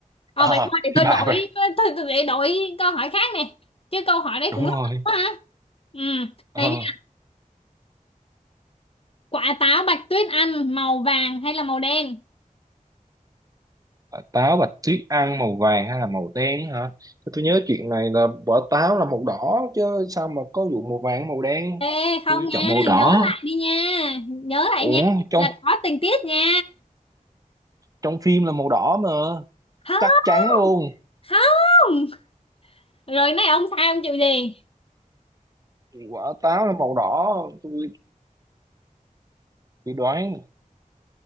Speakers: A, on the left (about 40°); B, on the right (about 25°).
A: ờ
B: ờ,
A: vậy thôi để
B: thì
A: tôi
B: bà
A: đổi
B: bà
A: tôi, tôi để đổi câu hỏi khác nè chứ câu hỏi đấy
B: đúng
A: cũng lắc
B: rồi
A: lắc quá hả ừ
B: Ờ,
A: đây nha quả táo bạch tuyết ăn màu vàng hay là màu đen
B: táo bạch tuyết ăn màu vàng hay là màu đen hả Thế tôi nhớ chuyện này là quả táo là màu đỏ chứ sao mà có vụ màu vàng màu đen
A: Ê không
B: tôi
A: nha,
B: chọn màu đỏ
A: nhớ lại đi nha, nhớ lại
B: ủa
A: nha,
B: trong
A: là có tình tiết nha.
B: trong phim là màu đỏ mà
A: Không,
B: chắc chắn luôn
A: không. Rồi này ông sai ông chịu gì?
B: quả táo là màu đỏ tôi tôi đoán